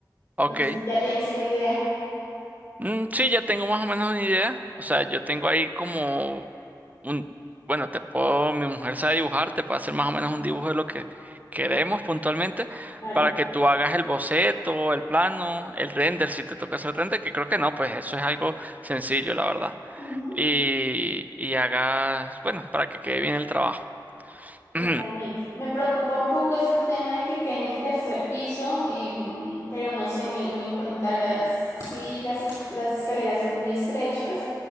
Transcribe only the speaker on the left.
No sé si ya tienes una idea.
Claro.
Ujú,
totalmente. Me preocupa un poco es el tema de que quede en el tercer piso, em, pero no sé, me, me contarás si las, es- las escaleras son muy estrechas.